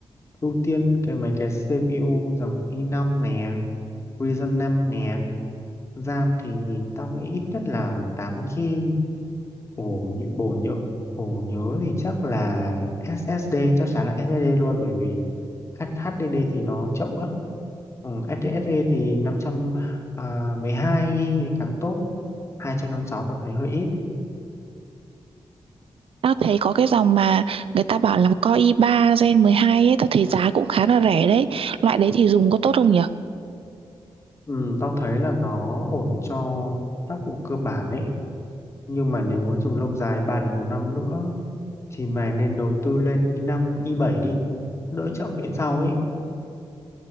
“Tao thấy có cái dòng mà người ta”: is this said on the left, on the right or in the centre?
Right